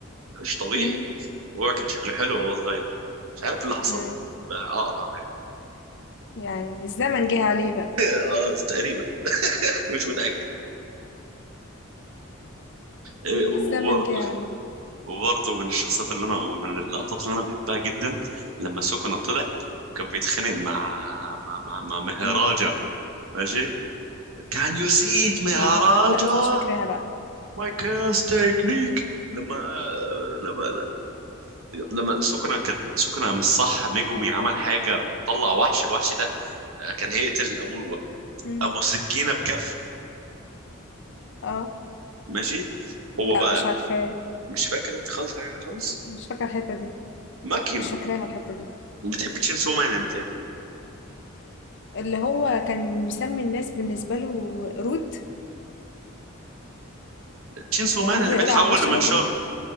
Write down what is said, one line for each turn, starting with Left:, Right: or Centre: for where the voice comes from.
Right: انا مش طبيعي
Left: مم.
Right: وهو كان شكله حلو وهو صغير مش عارف إيه اللي حصل
Left: مم.
Right: له بقى اقرع يعني.
Left: يعني الزمن جه عليه بقى
Right: <laughs> اه تقريبا مش متاكد إيه، وبرضه
Left: الزمن جه يا عالم
Right: وبرضه من الشخصيات اللي انا او من اللقطات اللي انا بحبها جدا لما سوكونا طلع كان بيتخانق مع مع مع, مع مهراجا
Left: مم.
Right: ماشي كان يو سي ات مهراجا
Left: اه لا دي مش فاكراها بقى
Right: ماي كاس تكنيك لما لما لما سوكونا كان سوكونا مش صح ميجومي عمل حاجه وطلع وحش الوحش ده كان هيقتل ابو
Left: مم.
Right: ابو سكينه بكف
Left: اه
Right: ماشي هو
Left: لا
Right: بقى
Left: مش عارفاه
Right: مش فاكر انت خالص حاجه خالص
Left: مش فاكره الحته دي
Right: ماكيما
Left: مش فاكراها الحته دي
Right: بتحب تشين سو مان انت يعني؟
Left: اللي هو كان مسمي الناس بالنسبه له قرود
Right: شينسو
Left: كان
Right: مان
Left: بيفضل
Right: اللي
Left: يقول
Right: بيتحول
Left: على البشر
Right: لمنشار
Left: قرود